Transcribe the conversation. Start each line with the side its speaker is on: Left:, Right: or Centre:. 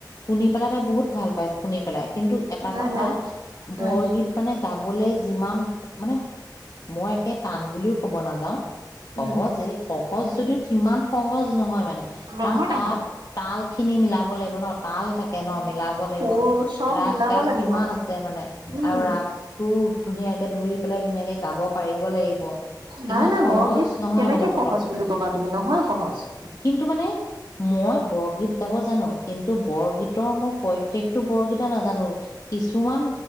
Left: শুনি পেলাই তাই বহুত ভাল পায় শুনি পেলাই কিন্তু এটা
Right: নাই
Left: কথা
Right: নাই
Left: বৰগীত
Right: উম
Left: মানে গাবলৈ যিমান মানে মই একে টান বুলিও ক'ব নাযাও সহজেই
Right: উম
Left: স সহজ যদিও তিমান সহজ নহয়। মানে
Right: নহয়
Left: কাৰণ
Right: নহয়
Left: তাত তাল খিনি মিলাব লাগিব ন তাল থাকে ন মিলাব
Right: সুৰ
Left: লাগিব,
Right: চব
Left: ৰাগ
Right: মিলাব
Left: তাল
Right: লাগিব
Left: কিমান আছে মানে
Right: উম
Left: আৰু ৰাগটো ধুনীয়াকে ধৰি পেলাই ধুনীয়াকে গাব পাৰিব লাগিব।
Right: নাই
Left: ইমান
Right: নাই
Left: সহজ
Right: বৰগীত
Left: নহয়
Right: কেনেকে
Left: মানে পতককে
Right: সহজ বুলি কবা তুমি নহয় সহজ।
Left: কিন্তু মানে মই বৰগীত গাব জানো কিন্তু বৰগীতৰ মই প্ৰত্যেকটো বৰগীত বেচিকে নাজানো। কিছুমান